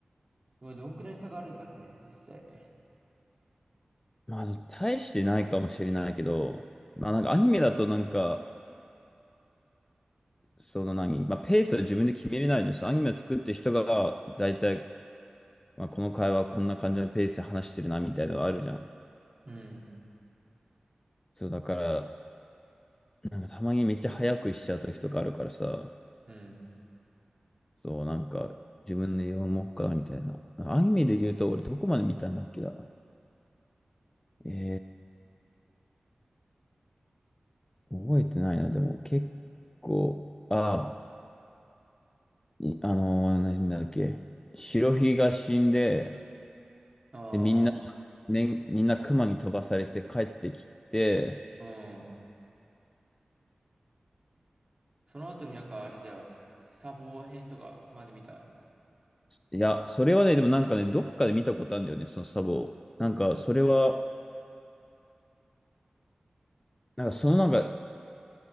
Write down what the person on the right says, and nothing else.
まあどんくらい差があるんだろうね、実際。
うん。
うん。
あ
あ、うん。その後になんかあれだよ。サボ編とかまで見た。